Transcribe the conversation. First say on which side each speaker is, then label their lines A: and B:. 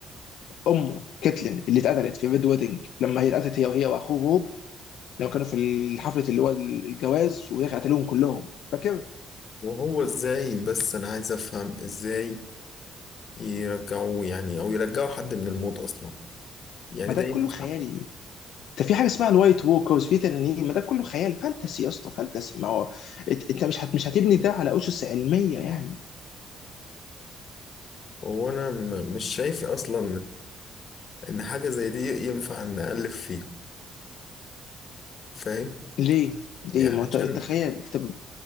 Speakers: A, on the left; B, on the left.
A: امه كاتلين اللي اتقتلت في ريد ويدنج لما هي اتقتلت هي وهي واخوه لو كانوا في الحفلة اللي هو الجواز وهي قتلوهم كلهم فاكر
B: وهو ازاي بس انا عايز افهم ازاي يرجعوه يعني او يرجعوا حد من الموت اصلا يعني
A: ما
B: ده
A: ده كله
B: ينفع
A: خيالي ده في حاجة اسمها الوايت ووكرز في تنانين ما ده كله خيال فانتسي يا اسطى فانتسي ما هو إت- انت مش هت... مش هتبني ده على أسس علمية يعني
B: هو انا م- مش شايف اصلا ان حاجه زي دي ينفع نألف فيه فاهم
A: ليه؟
B: يعني
A: ليه ما هو
B: عشان
A: انت أنت خيال طب